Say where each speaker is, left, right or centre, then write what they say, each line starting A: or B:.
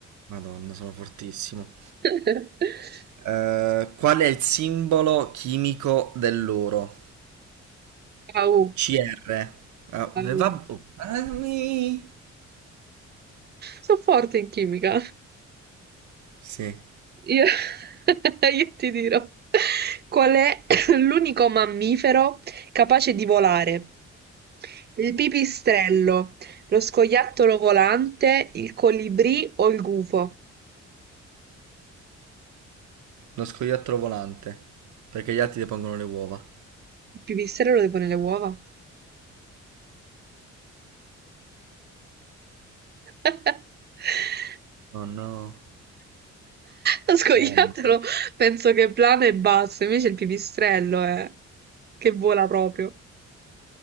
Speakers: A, on the right; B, on the right.
A: Madonna, sono fortissimo.
B: <laughs>
A: Eh, qual è il simbolo chimico dell'oro?
B: Au,
A: CR. Ah,
B: au.
A: eh, va... oh, armi.
B: Sono forte in chimica.
A: Sì,
B: Io, <laughs> io ti dirò qual è <coughs> l'unico mammifero capace di volare. Il pipistrello, lo scoiattolo volante, il colibrì o il gufo?
A: uno scoiattolo volante. Perché gli altri depongono le uova.
B: Il pipistrello deve pone le uova. <laughs>
A: Oh no.
B: Lo scoiattolo
A: Oh no.
B: penso che plana e basta, invece il pipistrello è che vola proprio.